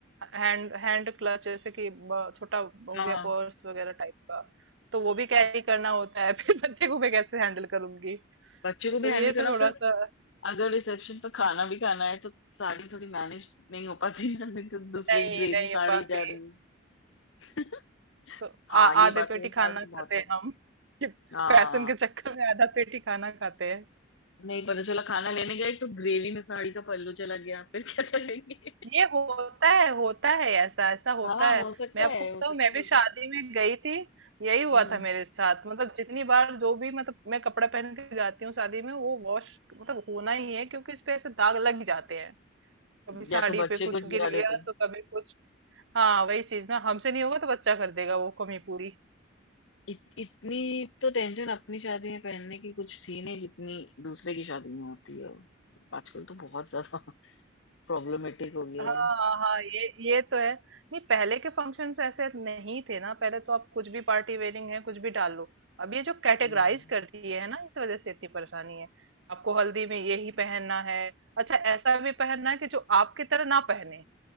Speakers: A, on the right (about 65°); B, on the left (about 70°).
A: हैंड हैंड क्लच जैसे कि ब- छोटा हो
B: हाँ
A: गया पर्स वगैरह टाइप का तो वो भी कैरी करना होता है <laughs> फिर बच्चे को मैं कैसे हैंडल करूंगी
B: बच्चों को भी
A: तो
B: हैंडल
A: ये
B: करना
A: थोड़ा
B: फिर
A: सा
B: अगर रिसेप्शन पर खाना भी खाना है तो साड़ी थोड़ी मैनेज नहीं हो पाती ना <laughs> नहीं तो दूसरे
A: नहीं
B: ग्रेड
A: नहीं
B: में
A: हो
B: साड़ी
A: पाते
B: जा रही है <laughs>
A: तो आ,
B: हाँ ये
A: आधे
B: बात
A: पेटी
B: है
A: खाना
B: साड़ी तो
A: खाते
B: बहुत लग
A: हैं हम <laughs>
B: हाँ
A: फैशन के चक्कर में आधा पेटी खाना खाते हैं
B: नहीं पता चला खाना लेने गए तो ग्रेवी में साड़ी का पल्लू चला गया फिर क्या करेंगे
A: ये होता है होता है ऐसा ऐसा होता
B: हाँ
A: है
B: हो सकता
A: मैं आपको
B: है
A: बताऊं
B: हो सकता
A: मैं
B: है बिल्कुल
A: भी शादी में गई थी यही हुआ
B: हम्म
A: था मेरे साथ मतलब जितनी बार जो भी मतलब मैं कपड़ा पहन के जाती हूँ शादी में वो वॉश मतलब होना ही है क्योंकि इस पे ऐसे दाग लग ही जाते हैं कभी साड़ी
B: या तो बच्चे
A: पे कुछ
B: कुछ
A: गिर
B: गिरा
A: गया
B: देते हैं
A: तो कभी कुछ हाँ वही चीज ना हमसे नहीं होगा तो बच्चा कर देगा वो कमी पूरी
B: इत, इतनी तो टेंशन अपनी शादी में पहनने की कुछ थी नहीं जितनी दूसरे की शादी में होती है आजकल तो बहुत ज्यादा <laughs> प्रॉब्लमेटिक हो गया
A: हाँ,
B: है
A: हाँ, ये ये तो है। नहीं पहले के फंक्शंस ऐसे नहीं थे ना। पहले तो आप कुछ भी पार्टी वेयरिंग है, कुछ भी डाल लो। अब ये जो कैटेगराइज
B: हम्म।
A: कर दिए है ना, इस वजह से इतनी परेशानी है। आपको हल्दी में यही पहनना है। अच्छा ऐसा भी पहनना है कि जो आपकी तरह ना पहने,